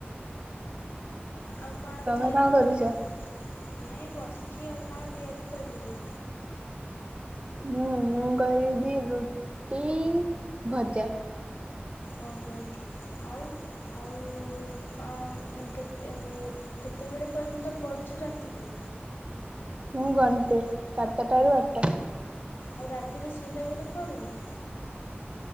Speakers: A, on the left (about 80°); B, on the right (about 30°).
A: ଆଉ କଣ
B: ତମେ
A: ତିଆରି
B: କରୁଛ?
A: କରିବୁ ନାଇ ବସ୍ ଛି ଆଉ କଣ ତିଆରି କରିବୁ?
B: ମୁଁ ମୁଁ କରିବି ରୁଟି ଭଜା।
A: ଓହୋ ଆଉ ଆଉ ଅମ୍ କେତେ ଏ କେତେବେଳ ପର୍ଯ୍ୟନ୍ତ ପଡୁଛୁ ରାତିରେ?
B: ମୁଁ ଗଣ୍ଟେ ସାତଟାରୁ ଆଠ ଟ
A: ଆଉ ରାତିରେ ଶୋଇଲା ବେଡେ ପଡ଼ୁନି।